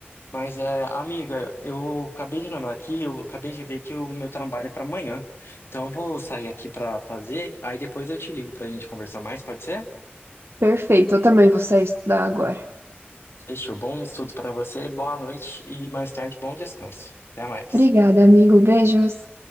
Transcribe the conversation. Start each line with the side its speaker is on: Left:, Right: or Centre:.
Left: Mas, é, amiga, eu acabei de lembrar aqui, eu acabei de ver que o meu trabalho é pra amanhã. Então, eu vou sair aqui pra fazer, aí depois eu te ligo pra gente conversar mais, pode ser?
Right: Perfeito, eu também vou sair estudar agora.
Left: Fechou. Bom estudo pra você, boa noite e mais tarde, bom descanso. Até mais.
Right: Obrigada, amigo. Beijos.